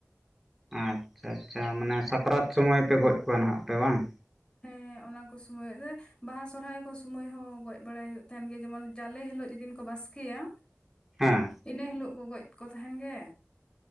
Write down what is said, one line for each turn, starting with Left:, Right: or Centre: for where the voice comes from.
Centre: ᱟᱪᱪᱷᱟ-ᱪᱷᱟ, ᱢᱟᱱᱮ 'ᱥᱟᱠᱨᱟᱛ' ᱥᱚᱢᱚᱭ ᱯᱮ, ᱜᱚᱡ ᱠᱚᱣᱟ ᱱᱟᱦᱟᱜᱯᱮ ᱵᱟᱝ!
Left: ᱦᱮᱸ, ᱚᱱᱟ ᱠᱚ ᱥᱚᱢᱚᱭ ᱨᱮ 'ᱵᱟᱦᱟ', 'ᱥᱚᱦᱨᱟᱭ' ᱠᱚ ᱥᱚᱢᱚᱭ ᱦᱚᱸ ᱜᱚᱡ ᱵᱟᱲᱟᱭ ᱭᱩᱜ ᱛᱟᱦᱮᱱ ᱜᱮ, ᱡᱮᱢᱚᱱ ᱡᱟᱞᱮ ᱦᱤᱞᱚᱜ ᱡᱮᱹᱫᱤᱱ ᱠᱚ ᱵᱟᱥᱠᱮᱹᱭᱟ,
Centre: ᱦᱮᱸ
Left: ᱤᱱᱟᱹ ᱦᱤᱞᱳᱜ ᱠᱚ, ᱜᱚᱡ ᱠᱚ ᱛᱟᱦᱮᱱ ᱜᱮᱻ᱾